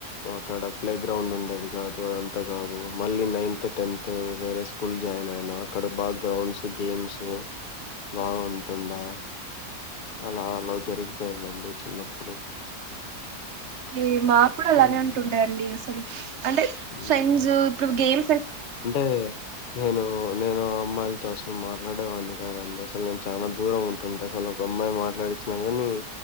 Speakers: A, on the left; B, on the right.
A: అక్కడ ప్లే గ్రౌండ్ ఉండేది కాదు. అదంతా కాదు మళ్ళీ ఈ నైన్త్, టెన్త్ వేరే స్కూల్ జాయిన్ అయిన అక్కడ బాగా గ్రౌండ్స్ గేమ్స్ బాగుంటుండే అలా అలా జరిగిపోయిందండి చిన్నప్పుడు
B: ఇది మాకు కూడా అలానే
A: ఉమ్
B: ఉంటుండేయండి అసలు అంటే
A: ఉమ్
B: ఫ్రెండ్స్ ఇప్పుడు గేమ్
A: అంటే నేను. నేను అమ్మాయిలు తో అసలు మాట్లాడేవాడిని కాదండి. అసలు నేను చాలా దూరం ఉంటుండే అసలు ఒక అమ్మాయి మాట్లాడిచ్చిన గాని